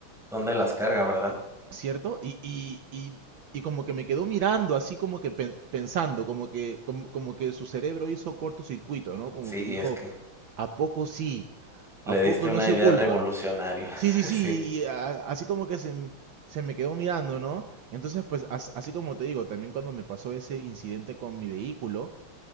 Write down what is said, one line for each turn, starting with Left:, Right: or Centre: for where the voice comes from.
Centre: dónde las carga, ¿verdad?
Right: ¿Cierto? Y, y, y, y como que me quedó mirando, así como que pen- pensando, como que, como, como que su cerebro hizo cortocircuito, ¿no? Como
Centre: Sí,
Right: que dijo,
Centre: es que
Right: ¿a poco sí?
Centre: le
Right: ¿A
Centre: diste
Right: poco
Centre: una
Right: no es su
Centre: idea
Right: culpa?
Centre: revolucionaria,
Right: Sí, sí,
Centre: <laughs>
Right: sí,
Centre: sí.
Right: y a- así como que se, m- se me quedó mirando, ¿no? Entonces, pues as- así como te digo, también cuando me pasó ese incidente con mi vehículo,